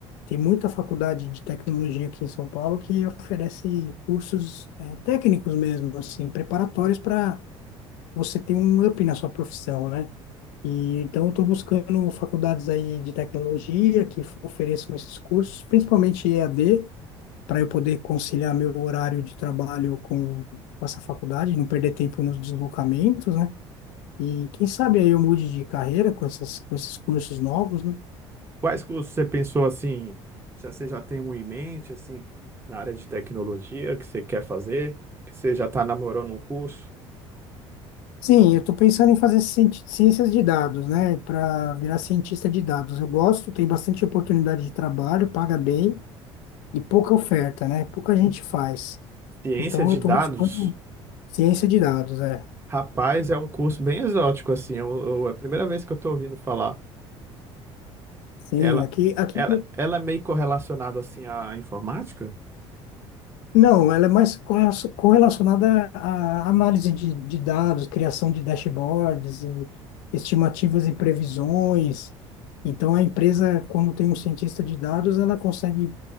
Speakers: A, on the left; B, on the right.
A: Tem muita faculdade de tecnologia aqui em São Paulo que oferece cursos eh, técnicos mesmo, assim, preparatórios para você ter um up na sua profissão, né? E então eu estou buscando faculdades aí de tecnologia que f- ofereçam esses cursos, principalmente EAD, para eu poder conciliar meu horário de trabalho com, com essa faculdade, não perder tempo nos deslocamentos, né? E quem sabe aí eu mude de carreira com essas, com esses cursos novos, né?
B: Quais cursos você pensou assim? Já você já tem um em mente assim na área de tecnologia que você quer fazer? Que você já está namorando um curso?
A: Sim, eu estou pensando em fazer cienti- ciências de dados, né? Para virar cientista de dados. Eu gosto, tem bastante oportunidade de trabalho, paga bem e pouca oferta, né? Pouca gente faz.
B: Ciência
A: Então,
B: de
A: eu estou
B: dados?
A: buscando ciência de dados, é.
B: Rapaz, é um curso bem exótico assim. Eu, eu- é a primeira vez que eu estou ouvindo falar.
A: Sim,
B: Ela,
A: aqui, aqui
B: ela, ela é meio correlacionada assim à informática?
A: não, ela é mais corre- correlacionada à análise de, de dados, criação de dashboards e estimativas e previsões. Então, a empresa, quando tem um cientista de dados, ela consegue